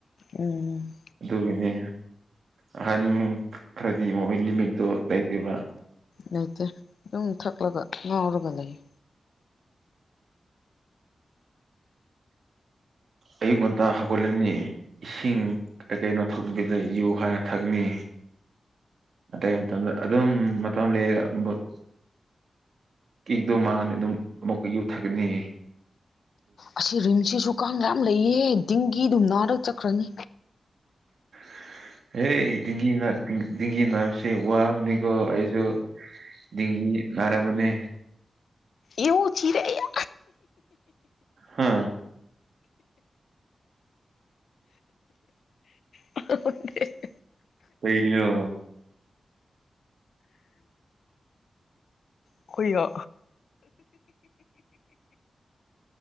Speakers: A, on the left; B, on the right.
A: ꯎꯝ
B: ꯑꯗꯨꯒꯤꯅꯦ ꯑꯍꯟ ꯈ꯭ꯔꯗꯤ ꯃꯣꯏ ꯂꯤꯃꯤꯠꯇꯨ ꯂꯩꯇꯦꯕ
A: ꯂꯩꯇꯦ ꯑꯗꯨꯝ ꯊꯛꯂꯒ ꯉꯥꯎꯔꯒ ꯂꯩꯌꯦ
B: ꯑꯌꯨꯛ ꯉꯟꯇꯥ ꯍꯧꯒꯠꯂꯥꯅꯤ ꯏꯁꯤꯡ ꯀꯩ ꯀꯩꯅꯣ ꯊꯛꯂꯤꯉꯩꯗ ꯌꯨ ꯍꯥꯟꯅ ꯊꯛꯅꯤ ꯑꯗꯩ ꯃꯇꯝꯗ ꯑꯗꯨꯝ ꯃꯇꯝ ꯂꯦꯛꯑꯒ ꯕꯨꯠ ꯀꯤꯛꯇꯣ ꯃꯥꯥꯡꯉꯅꯤ ꯑꯗꯨꯝ ꯑꯃꯨꯛꯀ ꯌꯨꯊꯥꯒꯅꯤ
A: ꯑꯁꯤ ꯔꯤꯝꯁꯁꯤꯖꯨ ꯀꯥꯡ ꯌꯥꯝ ꯂꯩꯌꯦ ꯗꯤꯡꯒꯤ ꯗꯨꯝ ꯅꯥꯔ ꯆꯠꯈ꯭ꯔꯅꯤ
B: <inaudible> ꯍꯦ ꯗꯤꯡꯒꯤꯅꯥ ꯗꯤꯡ ꯗꯤꯡꯒꯤ ꯅꯥꯕꯁꯦ ꯋꯥꯕꯅꯤꯀꯣ ꯑꯩꯁꯨ ꯗꯤꯡꯒꯤ ꯅꯔꯃꯅꯦ
A: ꯏꯎ ꯆꯤꯔꯦ ꯑꯩꯌꯥ
B: ꯍꯥ
A: <unintelligible>
B: ꯀꯩꯒꯤꯅꯣ
A: ꯍꯨꯏꯌꯣ